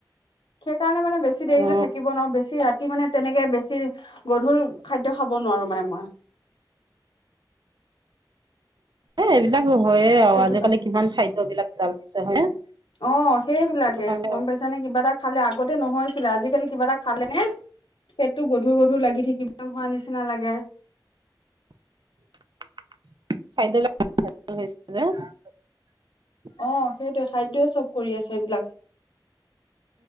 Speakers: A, on the left; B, on the right.
A: সেই কাৰণে মানে বেছি দেৰিলৈ
B: অ
A: থাকিব নোৱাৰো বেছি ৰাতি মানে তেনেকে বেছি গধূৰ খাদ্য খাব নোৱাৰো। মান মই
B: এইবিলাক হয়য়ে আৰু
A: সেইটো
B: আজিকালি
A: কাৰ
B: কিমান খাদ্যবলাক জালছে হয়নে?
A: অ', সেইবিলাকে
B: সেইটো কাৰণে
A: গম পাইছা নে কিবা এটা খালে আগতে নহৈছিলে আজিকালি কিবা এটা খালে নে পেটতটো গধুৰ, গধুৰ লাগি থাকিব হোৱা নিচিনা লাগে
B: <inaudible> খাই লগ হৈছে যে <unintelligible>
A: অ', সেইটোৱে খাদ্যয়য়ে চব কৰি আছে এইবিলাক